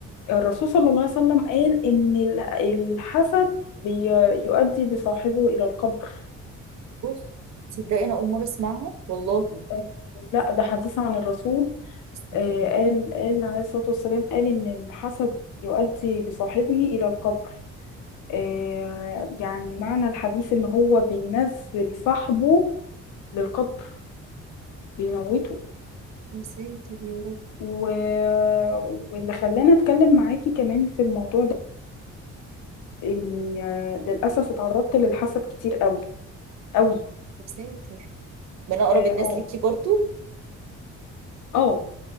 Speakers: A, on the left; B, on the right.
A: الرسول صلى الله عليه وسلم قال ان ال- الحسد بي- يؤدي بصاحبه الى القبر
B: اوف تصدقي انا اول مره اسمعها والله
A: آه، لا ده حديث عن الرسول
B: مساتر
A: آه،
B: يا
A: قال
B: رب
A: قال عليه الصلاه والسلام قال ان الحسد يؤدي بصاحبه الى القبر آه، يعني معنى الحديث ان هو بينزل صاحبه للقبر بيموته
B: مساتر يا رب
A: و... واللي خلاني اتكلم معاكي كمان في الموضوع ده اني آه، للاسف اتعرضت للحسد كتير قوي قوي
B: مساتر من اقرب
A: اه
B: الناس
A: اه
B: ليكي برضو
A: آه،